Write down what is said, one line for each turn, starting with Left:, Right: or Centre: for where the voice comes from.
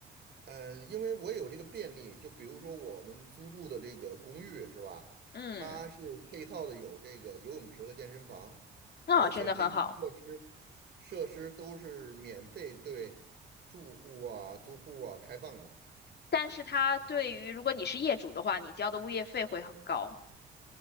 Right: 呃，因为我也有这个便利，就比如说我们租住的这个公寓是吧？
Left: 嗯，
Right: 它是配套的有这个游泳池和健身房，
Left: 那、
Right: 而且这些设施
Left: 真的很好。
Right: 设施都是免费对住户啊、租户啊开放的。
Left: 但是它对于如果你是业主的话，你交的物业费会很高，